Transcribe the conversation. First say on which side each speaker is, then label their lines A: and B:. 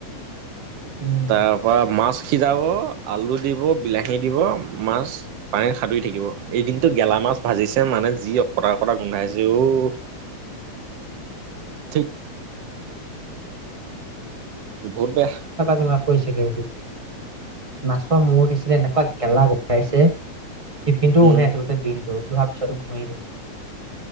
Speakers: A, on the right; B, on the right.
A: উম,
B: তাৰপা মাছ সিজাব, আলু দিব, বিলাহী দিব, মাছ পানীত সাতুৰি থাকিব এইদিনটো গেলা মাছ ভিজছে মানে যি অকটা অকটা গোন্ধাইছে অ' ঠিক। বহুত বেয়া।
A: তোমাক কৈছিলো, মাছৰ মূৰ দিছিলে এনেকুৱা গেলা গোন্ধাইছে। টিফিন টো
B: উম,
A: শুনে আছিলোতে দিন টো লোহাৰ পিছতো ঘুমেই।